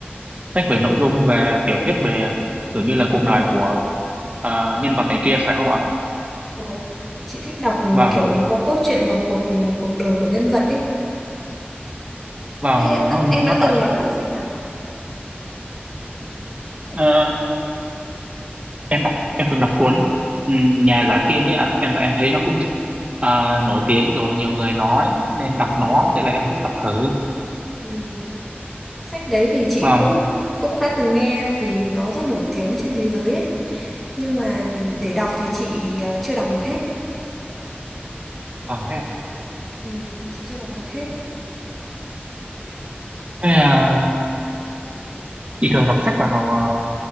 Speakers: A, on the right; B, in the centre.
A: sách về nội dung về tiểu thuyết về kiểu như là cuộc đời của ờ, nhân vật này kia phải không ạ?
B: Ôi, Chị thích đọc
A: Vâng,
B: kiểu nó có cốt truyện và cuộc cuộc đời của nhân vật ấy.
A: vâng,
B: Thế
A: nó nó
B: em đã
A: tạo
B: từng
A: cho
B: đọc
A: mình
B: cuốn sách nào?
A: ờ, em đọc em từng đọc cuốn ừ, Nhà giả Kim ấy ạ, Em tại em thấy nó cũng ờ, nổi
B: À,
A: tiếng rồi, nhiều người nói nên đọc nó,
B: Đúng rồi.
A: thế là em cũng đọc thử.
B: Ừ. Sách đấy thì chị
A: Vâng,
B: cũng cũng đã từng nghe vì nó rất nổi tiếng trên thế giới ấy. Nhưng mà để, để đọc thì chị ờ, chưa đọc được hết.
A: vâng thế ạ.
B: Ừ, chị chưa đọc được hết.
A: Thế à, chị thường đọc sách vào ờ,